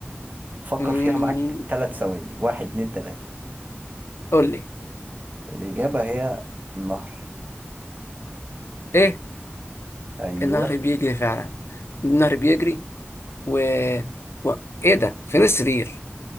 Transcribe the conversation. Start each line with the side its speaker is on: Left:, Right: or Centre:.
Right: فكر
Left: أمم،
Right: فيها معاك ثلاث ثواني واحد اتنين تلاته
Left: قول لي
Right: الاجابه هي النهر
Left: ايه
Right: ايوه
Left: النهر بيجري فعلا النهر بيجري و... و... ايه ده فين السرير